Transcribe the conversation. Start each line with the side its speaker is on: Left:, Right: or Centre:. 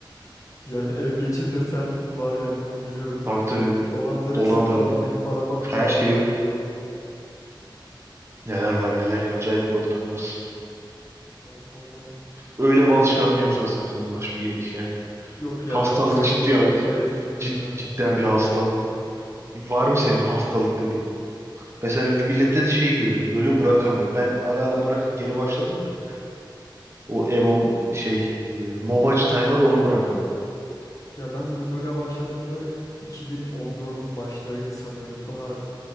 Left: Yani ev geçindirten var yani onu biliyorum.
Right: Tabii tabii
Left: Dolandırıcısı
Right: dolandırıldım.
Left: da artık araba bile
Right: Her
Left: alabiliyordur
Right: şeyi
Left: yani oradan.
Right: Neler var neler ya acayip bir ortam orası.
Left: Night Online
Right: Öyle bir alışkanlığın yoksa da sakın bulaşma iyi- yani.
Left: yok
Right: Hastalık
Left: ya ben uzak
Right: ciddi
Left: durmakla
Right: acı.
Left: yetiniyorum
Right: Cid,
Left: şu an.
Right: cidden bir hastalık. Var mı senin hastalık dediğin? Mesela bir millette de şey görüyorum. LoL'ü bırakamıyor. Ben ara ara bırakıp geri başladım da. O MMO şey e, MOBA'cı tayfa da onu bırakamıyor.
Left: Ya ben bu LoL'a başladığımda 2014'ün başlarıydı sanırım. Bu daha